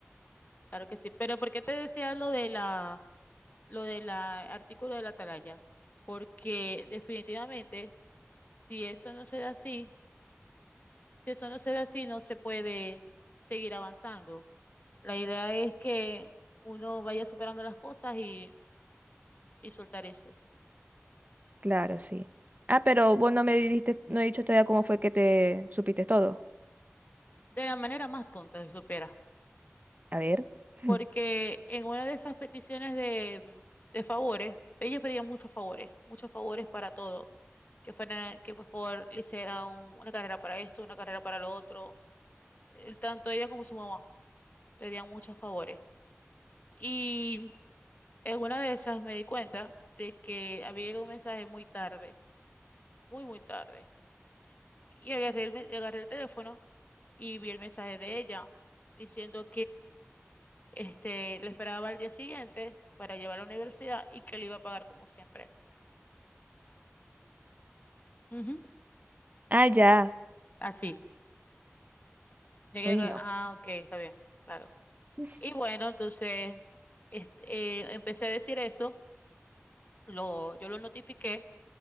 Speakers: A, on the left; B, on the right.
A: claro que sí. Pero ¿por qué te decía lo de la, lo del artículo de la atalaya? Porque definitivamente, si eso no se da así, si eso no se da así, no se puede seguir avanzando. La idea es que uno vaya superando las cosas y, y soltar eso.
B: Claro, sí. Ah, pero vos no me diste, no he dicho todavía cómo fue que te supiste todo.
A: De la manera más tonta, se supera.
B: A ver. <laughs>
A: porque en una de esas peticiones de, mm, de favores, ellos pedían muchos favores, muchos favores para todo, que fuera, que por favor le hiciera un- una carrera para esto, una carrera para lo otro, El- tanto ella como su mamá pedían muchos favores. Y en una de esas me di cuenta de que había llegado un mensaje muy tarde, muy, muy tarde. Y agarré el, me- agarré el teléfono y vi el mensaje de ella diciendo Este, le esperaba al día siguiente para llevar a la universidad y que le iba a pagar como siempre. Ujú.
B: Ah, ya.
A: Así. Llegué,
B: Uy,
A: a-
B: No.
A: ah, ok, está bien, claro.
B: no.
A: Y bueno, entonces este, eh, empecé a decir eso, lo, yo lo notifiqué,